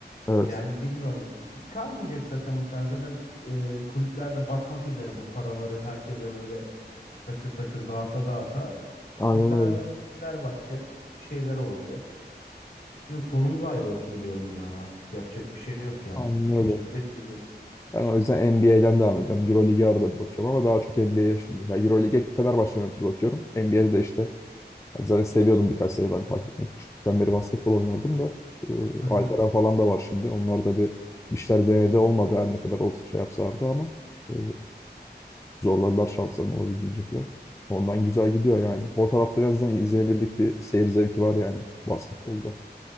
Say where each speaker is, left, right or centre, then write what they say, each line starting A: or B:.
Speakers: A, on the left; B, on the left.
A: Evet.
B: Yani bilmiyorum. Kalmayacak zaten muhtemelen. Zaten e, kulüpler de batmak üzere bu paraları herkese böyle takır takır dağıta dağıta.
A: Aynen
B: Muhtemelen
A: öyle.
B: ya kulüpler batacak, bir şeyler olacak. Bilmiyorum, sonumuz ayrı olsun diyorum ya. Artık yapacak bir şey yok yani.
A: Aynen
B: Oturacağız,
A: öyle.
B: bekleyeceğiz.
A: Ben o yüzden NBA'den devam edeceğim. Euroleague'e arada bir bakıyorum ama daha çok NBA'ye şimdi. Ya Euroleague'e Fenerbahçe'den ötürü bakıyorum. NBA'de de işte hani zaten seviyordum birkaç sene ben takip etmeyi. Küçüklükten beri basketbol oynardım da. E,
B: Hı hı.
A: Alperen falan da var şimdi. Onlar da bir bir işler denedi olmadı her ne kadar olsun şey yapsalardı ama e, zorladılar şanslarını olabildiğince falan. Ondan güzel gidiyor yani. O tarafta en azından izlenebilirlik bir seyir zevki var yani basketbolda.